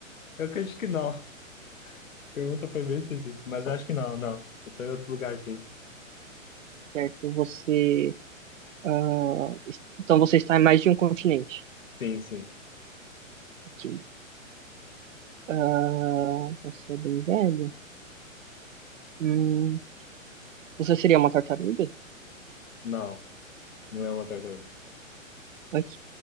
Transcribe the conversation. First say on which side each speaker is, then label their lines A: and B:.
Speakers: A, on the left; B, on the right.
A: Eu acho que não. A pergunta foi bem específica, mas eu acho que não, não. Eu tô em outro lugar, sim.
B: certo? Você, ah, es- então você está em mais de um continente.
A: Sim, sim.
B: Ok. Ah, você é bem velho. Hum, você seria uma tartaruga?
A: Não, não é uma tartaruga.
B: Ok.